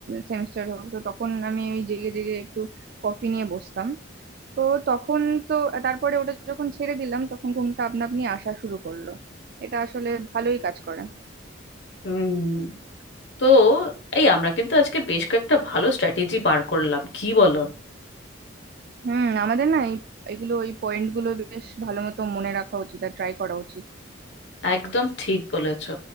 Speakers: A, on the right; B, on the left.
A: সেমিস্টার হোক তো তখন আমি ওই জেগে জেগে একটু কফি নিয়ে বসতাম তো তখন তো তারপরে ওটা যখন ছেড়ে দিলাম তখন ঘুমটা আপনা আপনি আসা শুরু করলো এটা আসলে ভালোই কাজ করে
B: হুম তো এই আমরা কিন্তু আজকে বেশ কয়েকটা ভালো স্ট্র্যাটেজি বার করলাম কি বলো
A: হুম আমাদের না এই এগুলো এই পয়েন্ট গুলো বেশ ভালো মতো মনে রাখা উচিত আর ট্রাই করা উচিত
B: একদম ঠিক বলেছো